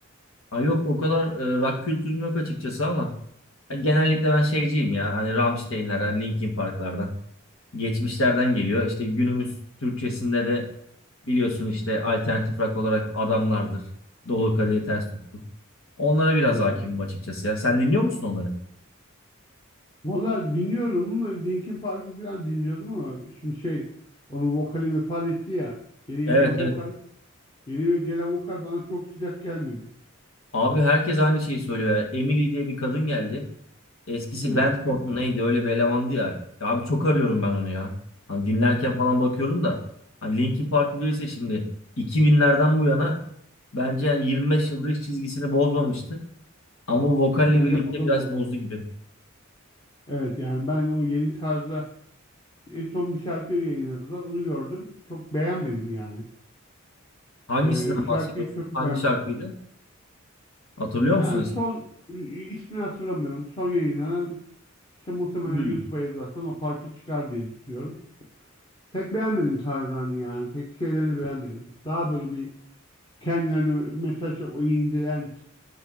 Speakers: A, on the left (about 70°); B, on the left (about 20°).
A: Ha yok o kadar e, rock kültürüm yok açıkçası ama hani genellikle ben şeyciyim ya. Hani Rammstein'lerden, Linkin Park'lardan. Geçmişlerden geliyor. İşte günümüz Türkçesinde de Biliyorsun işte alternatif rock olarak adamlardır. Dolu kadehi ters tuttur. Onlara biraz
B: Hmm.
A: hakimim açıkçası ya. Sen dinliyor musun onları?
B: Valla dinliyorum ama Linkin Park'ı falan dinliyordum ama şimdi şey onun vokali vefat etti ya. Yeni
A: Evet
B: gelen
A: evet.
B: vokal, yeni ve- gelen vokal bana çok sıcak gelmedi.
A: Abi herkes aynı şeyi söylüyor ya. Emily diye bir kadın geldi. Eskisi
B: Evet.
A: Bandcamp mı neydi öyle bir elemandı ya. Ya abi çok arıyorum ben onu ya. Hani dinlerken falan bakıyorum da. Hani Linkin Park'ı bilirse şimdi 2000'lerden bu yana bence yani 25 yıldır hiç çizgisini bozmamıştı. Ama vokalle
B: Bence
A: birlikte
B: burada
A: biraz
B: bozdu.
A: bozdu gibi.
B: Evet yani ben o yeni tarzda en son bir şarkı yayınladılar. Onu gördüm. Çok beğenmedim yani.
A: Hangisinden
B: Ee,
A: bahsediyorsun?
B: şarkıyı çok
A: Hangi
B: beğenmedim.
A: şarkıydı? Hatırlıyor
B: Yani
A: musun ismi?
B: son ismini hatırlamıyorum. Son yayınlanan İşte muhtemelen
A: Hmm.
B: YouTube'a yazarsan o parça çıkar diye düşünüyorum. Pek beğenmedim tarzlarını yani. Pek şeylerini beğenmedim. Daha böyle bir kendilerini mesajı o in the end